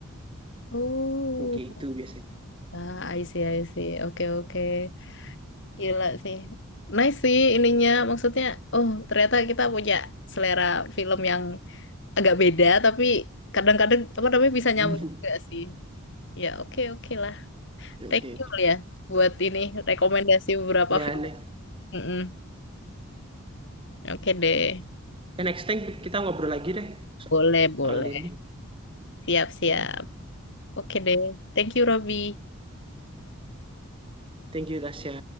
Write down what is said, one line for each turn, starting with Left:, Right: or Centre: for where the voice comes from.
Left: Oh.
Right: oke itu biasanya
Left: Ah, I see, I see. Oke, oke. Gila sih. Nice sih ininya. Maksudnya, oh, ternyata kita punya selera film yang agak beda, tapi kadang-kadang apa namanya bisa nyambung
Right: oke <laughs> oke
Left: juga sih. Ya, oke, oke lah.
Right: Okay,
Left: Thank
Right: okay.
Left: you ya buat ini rekomendasi beberapa
Right: ya
Left: film.
Right: next
Left: Mm-mm. Oke deh,
Right: Ya, next time kita ngobrol lagi deh
Left: boleh
Right: soal
Left: boleh,
Right: ini.
Left: siap siap. Oke deh, thank you Robby.
Right: Thank you, Tasya.